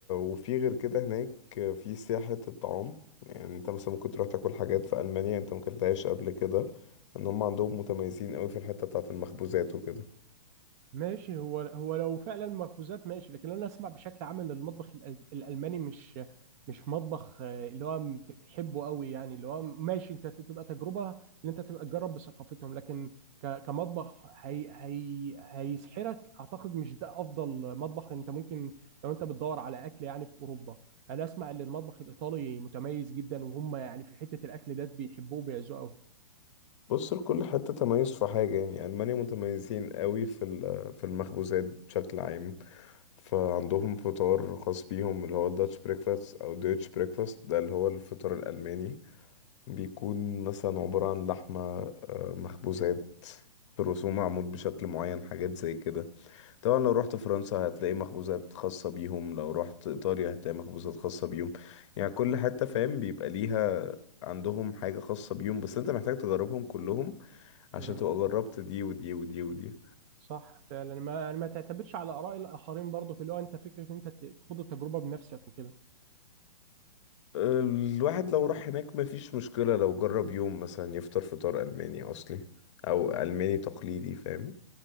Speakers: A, on the left; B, on the right.
A: وفي غير كده هناك في سياحة الطعام يعني انت مثلا ممكن تروح تاكل حاجات في ألمانيا انت مكلتهاش قبل كده ان هم عندهم متميزين قوي في الحتة بتاعة المخبوزات وكده
B: ماشي هو هو لو فعلا مخبوزات ماشي لكن انا اسمع بشكل عام ان المطبخ الأل- الالماني مش مش مطبخ آه، اللي هو مت- تحبه قوي يعني اللي هو ماشي انت تبقى تجربه ان انت تبقى تجرب بثقافتهم لكن ك- كمطبخ هي هي هيسحرك اعتقد مش ده افضل مطبخ انت ممكن لو انت بتدور على اكل يعني في اوروبا انا اسمع ان المطبخ الايطالي متميز جدا وهم يعني في حته الاكل ده بيحبوه وبيعزوه
A: بص لكل حتة تميز في حاجة يعني ألمانيا متميزين قوي في ال- في المخبوزات بشكل عام فعندهم فطار خاص بيهم اللي هو الداتش بريكفاست او ديتش بريكفاست ده اللي هو الفطار الألماني بيكون مثلا عبارة عن لحمة آه، مخبوزات الرسوم معمول بشكل معين حاجات زي كده طبعا لو رحت فرنسا هتلاقي مخبوزات خاصة بيهم لو رحت إيطاليا هتلاقي مخبوزات خاصة بيهم يعني كل حتة فاهم بيبقى ليها عندهم حاجة خاصة بيهم بس انت محتاج تجربهم كلهم عشان
B: قوي
A: تبقى جربت دي ودي ودي ودي
B: صح فعلا ما يعني ما تعتمدش على اراء الاخرين برضو اللي هو انت فكره ان انت ت- تخوض التجربه بنفسك وكده
A: الواحد لو راح هناك مفيش مشكلة لو جرب يوم مثلا يفطر فطار ألماني أصلي أو ألماني تقليدي فاهم